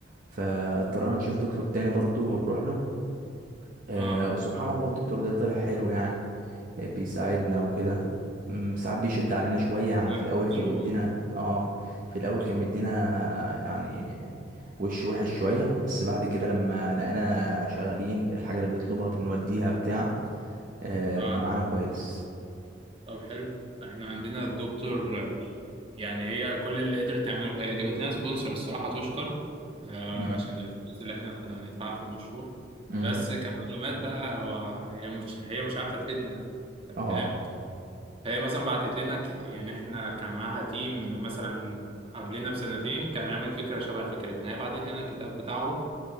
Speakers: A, on the right; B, on the right.
A: فاضطرينا نشوف دكتور تاني برضو ونروح له آه،
B: اه
A: وسبحان الله الدكتور ده طلع حلو يعني يعني بيساعدنا وكده أمم، ساعات بيشد علينا شوية يعني
B: لا
A: في الأول كان
B: حلو
A: مدينا
B: والله.
A: اه في الأول كان مدينا يعني وش وحش شوية بس بعد كده لما لقينا شغالين الحاجة اللي بيطلبها بنوديها بتاع آه
B: اه
A: بقى معانا كويس
B: طب حلو احنا عندنا الدكتور يعني هي كل اللي قدرت تعمله هي جابت لنا سبونسر الصراحة تشكر آه،
A: مم.
B: عشان الفلوس اللي احنا كنا هندفعها في المشروع
A: مم.
B: بس كمعلومات بقى هو هي مش هي مش عارفة تفيدنا طب
A: اه
B: فاهم فهي مثلا بعتت لنا ك... يعني احنا كان معاها تيم مثلا قبلنا بسنتين كان عامل فكرة شبه فكرتنا هي بعتت لنا الكتاب بتاعه